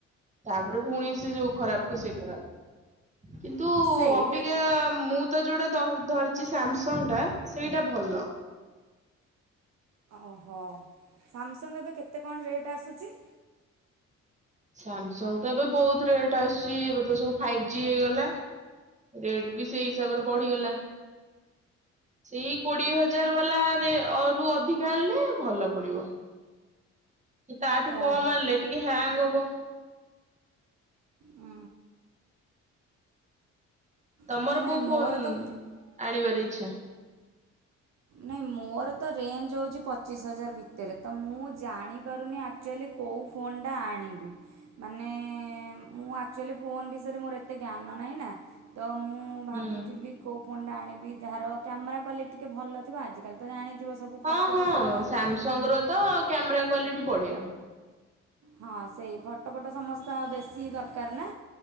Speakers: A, on the right; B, on the right.
A: ତାପରେ ପୁଣି ସେ ଯୋଉ ଖରାପ କୁ ସେ ଖରାପ। କିନ୍ତୁ
B: ହଁ ସେଇଟା
A: ଅବିକା ମୁଁ ତ ଯୋଉଟା ଧରିଛି ସାମସଙ୍ଗ ଟା ସେଇଟା ଭଲ।
B: ଓହୋ ସାମସଙ୍ଗ ଏବେ କେତେ କଣ ରେଟ୍ ଆସୁଛି।
A: ସାମସଙ୍ଗ ତ ଏବେ ବହୁତ ରେଟ୍ ଆସୁଛି ଏବେ ତ ସବୁ ଫାଇଭ୍ ଜି ହେଇଗଲା। ରେଟ୍ ବି ସେଇ ହିସାବରେ ବଢିଗଲା। ସେଇ କୋଡିଏ ହଜାର ବାଲା ରୁ ଅଧିକା ଆଣିଲେ ଭଲ। କି ତାଠୁ କମ
B: ଓହୋ
A: ଆଣିଲେ ଟିକେ ହ୍ୟାଙ୍ଗ ହବ।
B: ହୁଁ।
A: ତମର
B: ଆଚ୍ଛା ନାଇଁ
A: କୋଉ ଫୋନ୍
B: ମୋର ତ
A: ଆଣିବାର ଇଛା।
B: ନାଇଁ ମୋର ତ ରେଞ୍ଜ ହେଉଛି ପଚିଶ ହଜାର ଭିତରେ ତ ମୁଁ ଜାଣିପାରୁନି ଆକ୍ଚୁଆଲି। କେଉଁ ଫୋନ୍ଟା ଆଣିବି। ମାନେ ମୁଁ ଆକ୍ଚୁଆଲି ଫୋନ୍ ବିଷୟରେ ମୋର ଏତେ ଜ୍ଞାନ ନାହିଁ ନା ତ ମୁଁ। ଭାବୁଥିଲି
A: ହୁଁ
B: କୋଉ ଫୋନ୍ ଟା ଆଣିବି ଯାହାର କ୍ୟାମେରା କ୍ୱାଲିଟି ଟିକେ ଭଲ ଥିବ ଆଜି। ତମେ ଜାଣିଥିବ ସବୁ
A: ହଁ
B: ଫଟୋ
A: ହଁ
B: ଫଟ।
A: ସାମସଙ୍ଗ ର ତ କ୍ୟାମେରା କ୍ଵାଲିଟି ବଢ଼ିଆ।
B: ହଁ ସେଇ ଫଟୋ ଫଟୋ ସମସ୍ତ ବେଶୀ ଦରକାର ନା